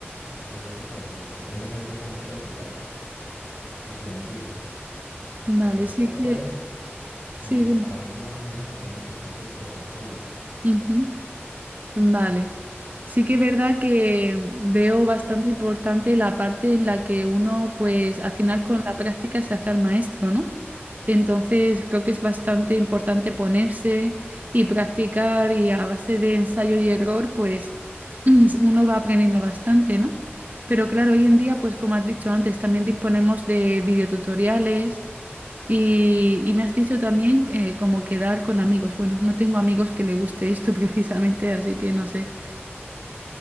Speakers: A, on the left; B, on the right.
A: tus servicios para que si tengas algo con qué practicar y te motives.
B: Vale,
A: Después
B: sí que,
A: puedes,
B: sí,
A: mm,
B: dime.
A: para ir más o menos armando tu propio portafolio.
B: Ujú. Vale. Sí que es verdad que veo bastante importante la parte en la que uno, pues al final
A: Mm.
B: con la práctica se hace al maestro, ¿no? Entonces creo que es bastante importante ponerse y practicar y a base de ensayo y error, pues <clears throat> uno va aprendiendo bastante, ¿no? Pero claro, hoy en día, pues como has dicho antes, también disponemos de videotutoriales y, y me has dicho también eh, como quedar con amigos. Bueno, no tengo amigos que le guste esto <laughs> precisamente, así que no sé.